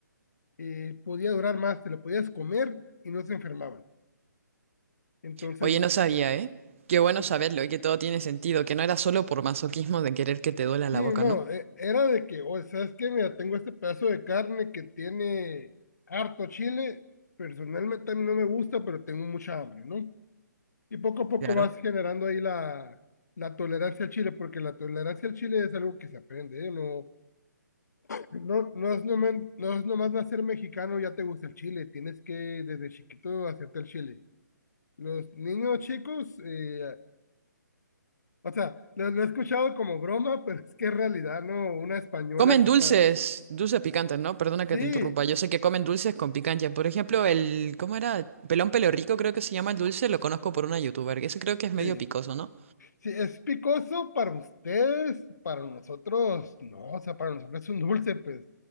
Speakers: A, on the left; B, on the right.
A: eh, podía durar más, te lo podías comer y no se enfermaban. Entonces,
B: Oye, no sabía, ¿eh? Qué bueno
A: eh,
B: saberlo y que todo tiene sentido, que no era solo por masoquismo de querer que te duela
A: sí,
B: la boca,
A: no,
B: ¿no?
A: eh, era de que, o sea, es que mira, tengo este pedazo de carne que tiene harto chile, personalmente a mí no me gusta, pero tengo mucha hambre, ¿no? Y poco a poco
B: Claro.
A: vas generando ahí la, la tolerancia al chile, porque la tolerancia al chile es algo que se aprende, ¿eh? No, No, no es nomás, no es nomás nacer mexicano, ya te gusta el chile. Tienes que desde chiquito hacerte el chile. Los niños chicos, eh, o sea, lo, lo he escuchado como broma, <laughs> pero es que en realidad no, una española
B: Comen
A: que
B: dulces,
A: está.
B: dulces picantes, ¿no? Perdona que
A: Sí,
B: te interrumpa. Yo sé que comen dulces con picancha. Por ejemplo, el, ¿cómo era? Pelón pelo rico creo que se llama el dulce, lo conozco por una youtuber. Ese creo que es medio
A: sí,
B: picoso, ¿no?
A: sí, es picoso para ustedes, para nosotros, no, o sea, para nosotros es un dulce, pues.